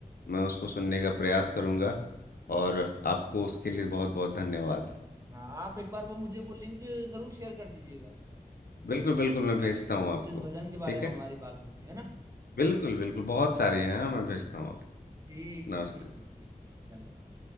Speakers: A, on the left; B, on the right.
A: मैं उसको सुनने का प्रयास करूंगा और
B: बिल्कुल बिल्कुल
A: आपको उसके लिए बहुत बहुत धन्यवाद
B: हाँ आप एक बार वो मुझे वो लिंक जरूर शेयर कर दीजिएगा
A: बिल्कुल बिल्कुल मैं भेजता हूँ आपको
B: जिस भजन के बारे
A: ठीक
B: में
A: है
B: हमारी बात हुई थी है ना
A: बिल्कुल बिल्कुल बहुत सारे हैं हाँ मैं भेजता हूँ आपको
B: ठीक है
A: नमस्ते
B: ठीक है ठीक धन्यवाद